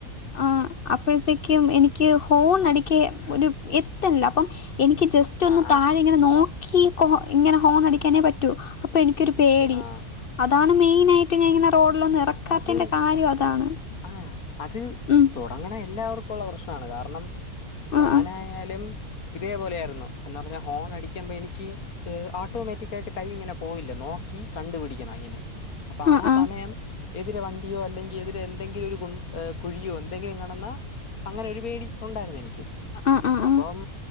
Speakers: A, on the left; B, on the left.
A: ആഹ് അപ്പോഴത്തേക്കും എനിക്ക്. ഫോൺ അടിക്കെ ഒരു എത്തിയില്ല അപ്പം. എനിക്ക് ജസ്റ്റ് ഒന്ന്
B: ആഹ് ആഹ്
A: താഴെ ഇങ്ങനെ നോ കി കൊ ഇങ്ങനെ ഹോൺ അടിക്കാനേ പറ്റൂ. അപ്പം എനിക്കൊരു പേടി
B: പറ്റും ആഹ്
A: അ അതാണ് മെയിനായി ആയിട്ട് ഞാൻ ഇങ്ങനെ ഒരു. റോഡിലൊന്നും ഇറക്കാത്തിന്റെ
B: അത്
A: കാര്യം അതാണ്
B: ആഹ് അത്
A: ഉം.
B: തുടങ്ങണ എല്ലാവർക്കും ഉള്ള പ്രശ്നമാണ് കാരണം.
A: ആഹ്
B: ഞാനായാലും
A: ആഹ്
B: ഇതേ പോലെയായിരുന്നു എന്നുപറഞ്ഞാൽ ഹോൺ അടിക്കുപ്പോ എനിക്ക് ഏഹ് ഓട്ടോമാറ്റിക്ക് ആയിട്ട് കൈ ഇങ്ങനെ പോയില്ല നോക്കി കണ്ടുപിടിക്കണം ഇങ്ങനെ. അപ്പൊ
A: ആഹ്
B: ആ
A: ആഹ്
B: സമയം. എതിരെ വണ്ടിയോ അല്ലെങ്കിൽ എതിരെ എന്തെങ്കിലും ഒരു കു കുഴിയോ എന്തെങ്കിലും കടന്നൽ അങ്ങനെ ഒരു പേടി ഉണ്ടായിരുന്നു എനിക്ക്.
A: ആ ആ
B: അപ്പം
A: ആ